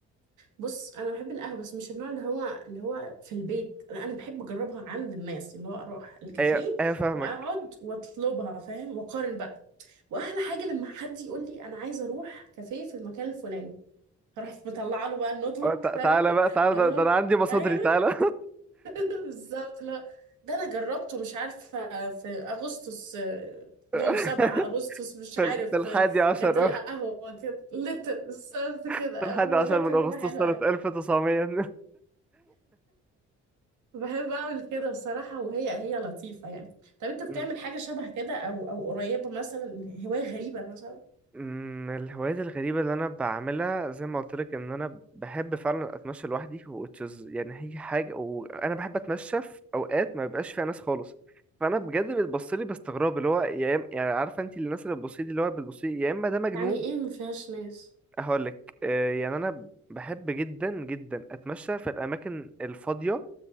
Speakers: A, on the right (about 80°); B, in the centre.
A: بص انا بحب القهوه بس مش النوع اللي هو اللي هو في البيت انا أنا بحب اجربها عند الناس اللي هو اروح الكافيه
B: ايوه ايوه فاهمك
A: واقعد واطلبها فاهم واقارن بقى واحلى حاجه لما حد يقول لي انا عايزه اروح كافيه في المكان الفلاني اروح <laughs> مطلعه له بقى النوت بوك
B: آه، تع-
A: فاهم
B: تعالى بقى تعالى
A: الله
B: ده, ده انا عندي مصادري
A: ايوه
B: تعالى
A: <laughs> بالظبط لا ده انا جربته مش عارفه في اغسطس آه، يوم
B: <laughs>
A: 7 اغسطس مش
B: في
A: عارف
B: ال- في الحادي
A: آه،
B: عشر
A: كانت القهوه كده لتر بالظبط
B: <laughs>
A: كده آه،
B: في الحادي
A: الموضوع
B: عشر
A: كان
B: من اغسطس
A: بيبقى حلو
B: سنة
A: قوي
B: 1900
A: بحب اعمل كده بصراحة وهي هي لطيفة يعني طب انت بتعمل
B: مم.
A: حاجة شبه كده او او قريبة مثلا هواية غريبة مثلا
B: مم، الهوايات الغريبة اللي أنا بعملها زي ما قلت لك إن أنا بحب فعلا أتمشى لوحدي which is يعني هي حاجة وأنا بحب أتمشى في أوقات ما بيبقاش فيها ناس خالص فأنا بجد بتبص لي باستغراب اللي هو يا إما- يعني عارفة أنت الناس اللي بتبص لي دي، اللي هو بتبص لي يا إما ده مجنون
A: يعني ايه ما فيهاش ناس
B: هقول لك آه، يعني أنا بحب جدا جدا أتمشى في الأماكن الفاضية